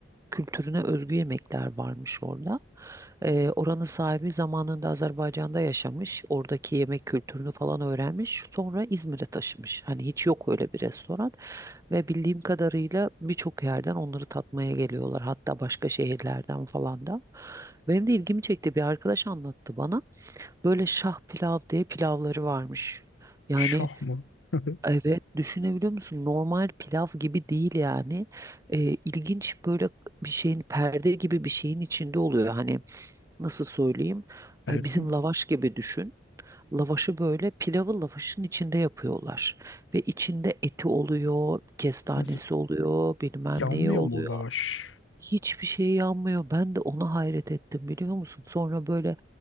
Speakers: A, on the right (about 15°); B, on the left (about 75°).
A: kültürüne özgü yemekler varmış orada. Eee, oranın sahibi zamanında Azerbaycan'da yaşamış. Oradaki yemek kültürünü falan öğrenmiş. Sonra İzmir'e taşımış. Hani hiç yok öyle bir restoran. Ve bildiğim kadarıyla birçok yerden onları tatmaya geliyorlar. Hatta başka şehirlerden falan da. Benim de ilgimi çekti. Bir arkadaş anlattı bana. Böyle şah pilav diye pilavları varmış. Yani
B: Şah mı? <laughs>
A: evet düşünebiliyor musun? Normal pilav gibi değil yani. Ee, ilginç böyle bir şeyin perde gibi bir şeyin içinde oluyor. Hani nasıl söyleyeyim?
B: Perde
A: Ee, bizim
B: mi?
A: lavaş gibi düşün. Lavaşı böyle pilavı lavaşın içinde yapıyorlar. Ve içinde eti oluyor, kestanesi
B: Nasıl?
A: oluyor, bilmem
B: Yanmıyor
A: neyi oluyor.
B: mu o lavaş?
A: Hiçbir şey yanmıyor. Ben de ona hayret ettim biliyor musun? Sonra böyle